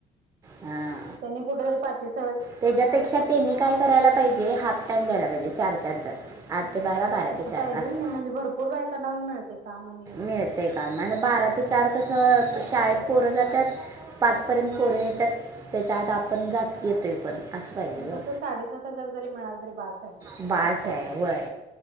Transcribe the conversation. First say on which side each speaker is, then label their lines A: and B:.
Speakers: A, on the right; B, on the right.
A: हां
B: त्यांनी कुठेतरी पाचवीस
A: त्याच्यापेक्षा त्यांनी काय करायला पाहिजे हाफ टाइम द्यायला पाहिजे चार चार तास आठ ते
B: होय
A: बारा बारा
B: तसं
A: ते चार
B: पाहिजे
A: असं
B: होय म्हणजे भरपूर बायकांना पण मिळते काम आणि
A: मिळते का म्ह बारा ते चार कस शाळेत पोरं जातात पाच पर्यंत पोरं येतात. त्याच्या आता आपण जात येतोय. पण असं पाहिजे
B: आणि
A: ग
B: कस साडेसात हजार जरी मिळाल तरी बास आहे.
A: बास
B: हाफ टाईमच
A: आहे वय